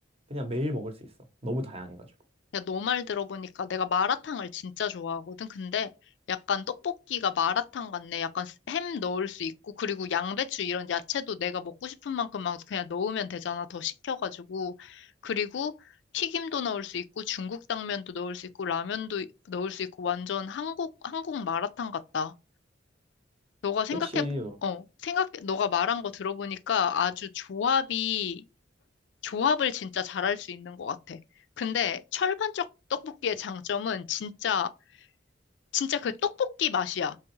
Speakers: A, on the right (about 30°); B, on the left (about 70°).
A: 그냥 매일 먹을 수 있어. 너무 다양해가지고.
B: 야, 너 말 들어보니까 내가 마라탕을 진짜 좋아하거든. 근데 약간 떡볶이가 마라탕 같네. 약간 스- 햄 넣을 수 있고, 그리고 양배추 이런 야채도 내가 먹고 싶은 만큼 막 그냥 넣으면 되잖아. 더 식혀가지고. 그리고 튀김도 넣을 수 있고, 중국 당면도 넣을 수 있고, 라면도 이- 넣을 수 있고, 완전 한국, 한국 마라탕 같다. 너가 생각해,
A: 그치.
B: 어, 생각, 너가 말한 거 들어보니까 아주 조합이 조합을 진짜 잘할 수 있는 것 같아. 근데 철판적 떡볶이의 장점은 진짜, 진짜 그 떡볶이 맛이야.